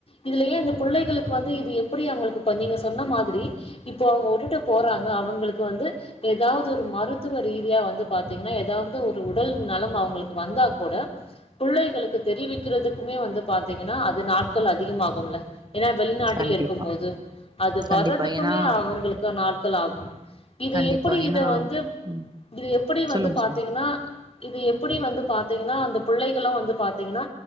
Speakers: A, on the left; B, on the right.
A: இதுலயே இந்த புள்ளைகளுக்கு வந்து இது எப்படி அவங்களுக்கு இப்ப நீங்க சொன்ன மாதிரி இப்போ அவங்க உட்டுட்டு போறாங்க அவங்களுக்கு வந்து எதாவது ஒரு மருத்துவ ரீதியா வந்து பாத்தீங்கன்னா எதாவது ஒரு உடல் நலம் அவங்களுக்கு வந்தா கூட புள்ளைகளுக்கு தெரிவிக்கிறதுக்குமே வந்து பாத்தீங்கன்னா அது நாட்கள் அதிகமாகுமில்ல ஏனா வெளிநாட்டில்
B: கண்டிப்பா,
A: இருக்கும் போது அது
B: கண்டிப்பா.
A: வறதுக்குமே
B: ஏன்னா
A: அவங்களுக்கு நாட்கள் ஆகும் இத
B: கண்டிப்பா.
A: எப்டி
B: ஏன்னா
A: இத வந்து
B: ம்.
A: இது எப்படி
B: சொல்லுங்க,
A: வந்து பாத்தீங்கன்னா
B: சொல்லுங்க.
A: இது எப்படி வந்து பாத்தீங்கன்னா அந்த புள்ளைகளும் வந்து பாத்தீங்கன்னா